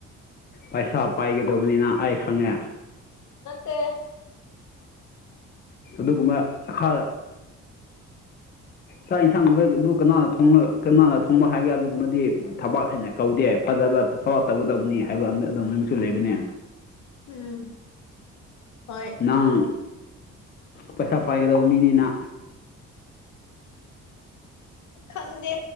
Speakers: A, on the left; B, on the left.
A: ꯄꯩꯁꯥ ꯄꯥꯏꯒꯗꯧꯕꯅꯤꯅ ꯑꯩ ꯈꯪꯉꯦ
B: ꯅꯠꯇꯦ꯫
A: ꯗꯨ ꯈꯥ
B: <unintelligible>
A: ꯆꯥꯛ ꯌꯦꯟꯁꯥꯡꯒꯨꯝꯕꯕꯨ ꯀꯅꯥꯅ ꯊꯣꯡ ꯀꯅꯥꯅ ꯊꯣꯡꯕ ꯍꯥꯏꯒꯦ ꯑꯗꯨꯒꯨꯝꯕꯗꯤ ꯊꯕꯛ ꯑꯩꯅ ꯀꯧꯗꯦ ꯐꯖꯅ ꯐ ꯇꯧꯒꯗꯧꯕꯅꯤ ꯍꯥꯏꯕ ꯑꯗꯨ ꯑꯃꯁꯨ ꯂꯩꯕꯅꯦ
B: ꯎꯝ ꯍꯣꯏ
A: ꯅꯪ ꯄꯩꯁꯥ ꯄꯥꯏꯒꯗꯧꯕ ꯃꯤꯅꯤꯅ
B: ꯈꯪꯗꯦ